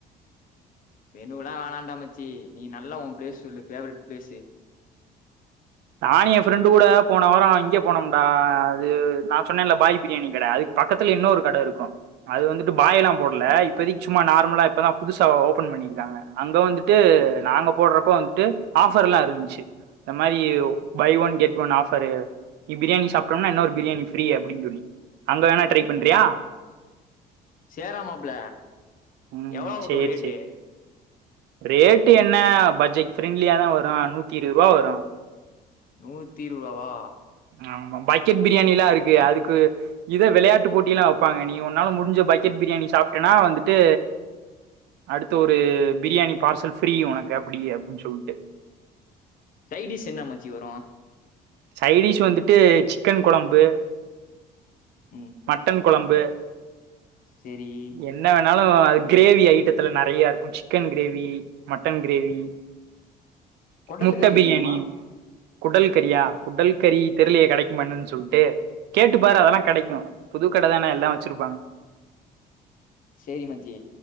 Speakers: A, on the left (about 55°); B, on the right (about 80°).
A: மெணும்லல்லாம் வேனாண்டா மச்சி நீ நல்ல உன் பிளேஸ் சொல்லு ஃபேவரட் பிளேஸ்சு
B: நானும் என் ஃப்ரெண்டு கூட போன வாரம் இங்கே போனமுடா அது நான் சொன்னேன்ல பாய் பிரியாணி கடை அதுக்கு பக்கத்துல இன்னொரு கட இருக்கும் அது வந்துட்டு பாய்ல்லாம் போடுல இப்பதக்கு சும்மா நார்மலா இப்பதா புதுசா ஓபன் பண்ணிருக்காங்க அங்க வந்துட்டு நாங்க போடுறப்போ வந்துட்டு ஆஃபர்ல்லாம் இருந்துச்சு இந்த மாரி buy one get one offer இங்க பிரியாணி சாப்பிட்டம்னா இன்னொரு பிரியாணி ஃப்ரீ அப்டின்னு சொல்லி அங்க வேணா ட்ரை பண்றியா
A: சேரா மாப்ள
B: உம்
A: எவ்வளோ வரும்
B: சேரி
A: ரேட்டு
B: சேரி ரேட்டு என் என்ன ப்ஜெட் ஃரண்ட்லியா தான் வரும் நூத்தி இருபது ரூபா வரும்
A: நூத்தி இருவது ரூபவா
B: ஆமா பக்கெட் பிரியாணி எல்லாம் இருக்கு அதுக்கு இது வெளையாட்டுப் போட்டியல்லாம் வைப்பாங்க நீ ஒன்னால முடிஞ்ச பக்கெட் பிரியாணி சாப்ட்டேனா வந்துட்டு அடுத்து ஒரு பிரியாணி பார்சல் ஃப்ரீ உனக்கு அப்டி அப்டின்னு சொல்லிட்டு
A: சைடிஸ் என்ன மச்சி வரும்
B: சைடிஷ் வந்துட்டு சிக்கன் கொழம்பு
A: உம்
B: மட்டன் கொழம்பு
A: சேரி
B: என்ன வேணாலும் அது கிரேவி ஐட்டத்துல நெறைய இருக்கும் சிக்கன் கிரேவி மட்டன் கிரேவி
A: குடல்
B: முட்டைன
A: கறி
B: பிரியாணி
A: கிடைக்குமா
B: குடல் கரியா குடல்கறி தெரியலயை கெடைக்குமா என்னனு சொல்ட்டு கேட்டு பாரு அதெல்லாம் கெடைக்கும் புதுக்கடை தான எல்லாம் வச்சுருப்பாங்க
A: சேரி மச்சி